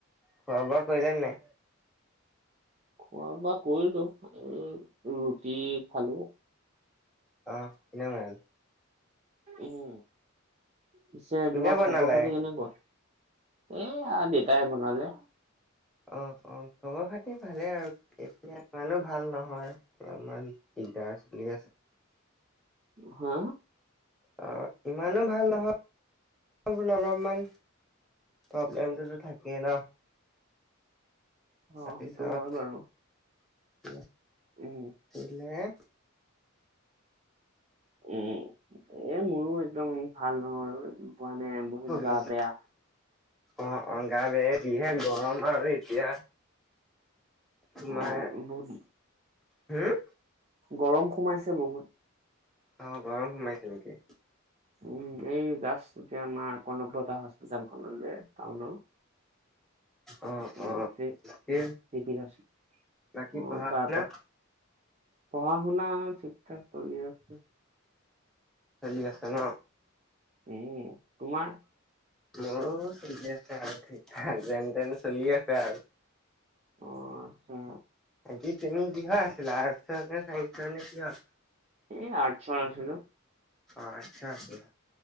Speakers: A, in the centre; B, on the right.
A: খোৱা বোৱা কৰিলেনে নাই
B: খোৱা বোৱা কৰিলো এ ৰুটি খালো
A: অ এনে মই
B: অ পিছে
A: কোনে
B: তোমাৰ
A: বনালে
B: খবৰ খাতি কেনেকুৱা এয়া দেউতাই বনালে
A: অ অ খবৰ খাতি ভালে আৰু এতিয়া ইমানো ভাল নহয় অলপমান দিগদাৰ চলি আছে
B: হা
A: অ ইমানো ভাল নহয় বোলো অলপমান প্ৰব্লেমটো থাকে ন
B: অ
A: তাৰপিছত
B: সেইটো হয় বাৰু
A: কি
B: উম
A: <unintelligible>
B: উম এ মোৰো একদম ভাল নহয় ম মানে বহুত
A: পঢ়ি
B: গা
A: আছো
B: বেয়া
A: অ অ গা বেয়া যিহে গৰম আৰু এতিয়া তোমাৰ
B: অ বহুত
A: হম
B: গৰম সোমাইছে বহুত
A: অ গৰম সোমাইছে নেকি
B: উম এই দাস এতিয়া আমাৰ কনকলতা হস্পিতেলখন যে টাউনৰ
A: অ
B: উ সেইপেনিদি
A: অ
B: চিবিল আছে
A: বাকী
B: অহ
A: পঢ়া
B: তাৰ
A: শুনা
B: পৰা পঢ়া শুনা ঠিক ঠাক চলি আছে
A: চলি আছে ন
B: উম তোমাৰ
A: মোৰ চলি আছে আৱ ঠিক ঠাক যেন তেন চলি আছে আৰু
B: অ আচ্ছা
A: বাকী তুমি কিহৰ আছিলা আৰ্টচ নে চাইন্সৰ নে কিহৰ
B: এই আৰ্টছৰ আছিলো
A: অ আচ্ছা আছে